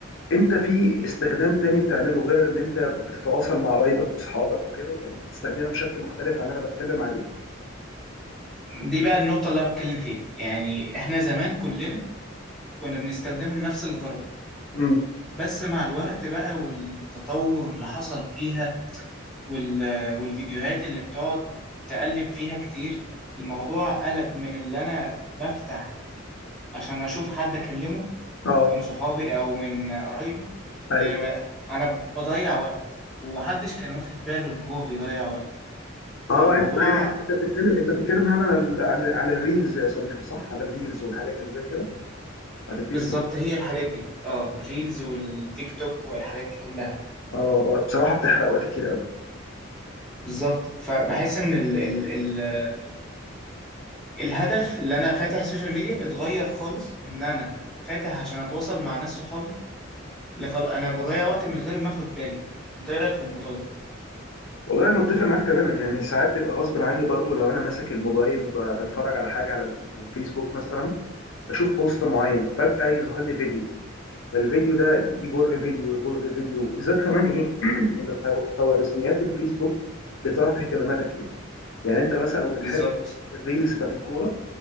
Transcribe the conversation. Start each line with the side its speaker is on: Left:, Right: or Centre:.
Left: انت في استخدام تاني بتعمله غير اللي انت بتتواصل مع قرايبك واصحابك وكده يعني بتستخدمها بشكل مختلف عن اللي انا بتكلم عليه
Centre: دي بقى النقطة اللي أنا بتكلم فيها يعني إحنا زمان كلنا كنا بنستخدمه لنفس الغرض
Left: امم
Centre: بس مع الوقت بقى والتطور اللي حصل فيها وال... والفيديوهات اللي بتقعد تقلب فيها كتير الموضوع قلب من اللي أنا بفتح عشان أشوف حد أكلمه
Left: اه
Centre: من صحابي أو من قرايبي
Left: ايوه
Centre: ل... أنا بضيع وقت ومحدش كان واخد باله اللي هو بيضيع وقت فالموضوع
Left: اه انت يعني انت بتتكلم انت بتتكلم هنا عن ال- عن عن الريلز يا صديقي صح؟ عن الريلز والحاجات اللي زي كده بتاعت الفيسبوك
Centre: بالظبط هي الحاجات دي اه الريلز والتيك توك والحاجات دي كلها
Left: اه اه بصراحه بتحرق وقت كتير قوي
Centre: بالظبط فبحس ان ال ال ال ال الهدف اللي انا فاتح السوشيال ميديا اتغير خالص من ان انا فاتح عشان اتواصل مع ناس صحابي اللي خل... انا بضيع وقت من غير ما اخد بالي انت ايه رايك في الموضوع ده
Left: والله انا متفق معاك تماما يعني ساعات بيبقى غصب عني برضو لو انا ماسك الموبايل ب- بتفرج على حاجه على ال- على الفيسبوك مثلا بشوف بوست معين فجاه يظهر لي فيديو فالفيديو ده يجر فيديو يجر فيديو بالذات كمان ايه <clears throat> اللي خو- خوارزميات الفيسبوك بتعرف اهتماماتك ايه يعني انت مثلا لو بتحب
Centre: بالظبط
Left: الريلز بتاعت الكوره